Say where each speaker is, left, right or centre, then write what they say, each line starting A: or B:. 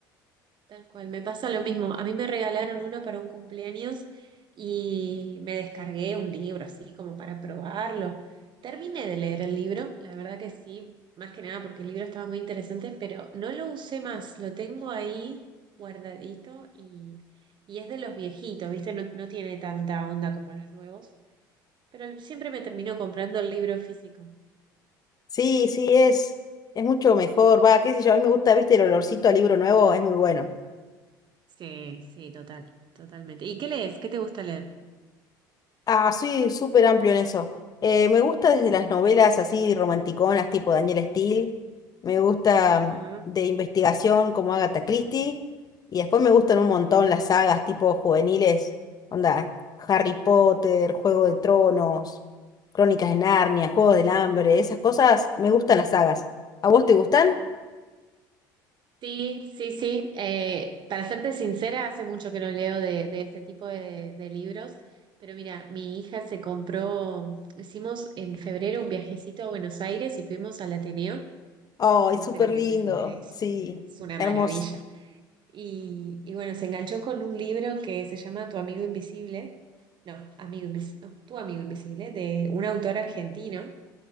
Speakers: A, on the right; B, on the left.
A: Tal cual, me pasa lo mismo. A mí me regalaron uno para un cumpleaños y me descargué un libro así como para probarlo. Terminé de leer el libro, la verdad que sí, más que nada porque el libro estaba muy interesante, pero no lo usé más, lo tengo ahí guardadito y, y es de los viejitos, ¿viste? No, no tiene tanta onda como los nuevos, pero siempre me termino comprando el libro físico.
B: Sí, sí, es, es mucho mejor. Va, qué sé yo, a mí me gusta, viste, el olorcito al libro nuevo, es muy bueno.
A: Sí, sí, total, totalmente. ¿Y qué lees? ¿Qué te gusta leer?
B: Ah, soy súper amplio en eso. Eh, me gusta desde las novelas así romanticonas, tipo Daniel Steele. Me gusta
A: Ajá,
B: mm, de investigación como Agatha Christie. Y después me gustan un
A: sí.
B: montón las sagas tipo juveniles. Onda, Harry Potter, Juego de Tronos, Crónicas de Narnia, Juegos del Hambre. Esas cosas me gustan las sagas. ¿A vos te gustan?
A: Sí, sí, sí. Eh, para serte sincera, hace mucho que no leo de, de este tipo de, de libros, pero mira, mi hija se compró, hicimos en febrero un viajecito a Buenos Aires y fuimos al Ateneo
B: ¡Ay,
A: y viste
B: súper
A: lo que
B: lindo!
A: es, es, el- es,
B: Sí,
A: es una
B: hermoso.
A: maravilla. Y, y bueno, se enganchó con un libro que se llama Tu amigo invisible, no, amigo invisible, Tu amigo invisible, de un autor argentino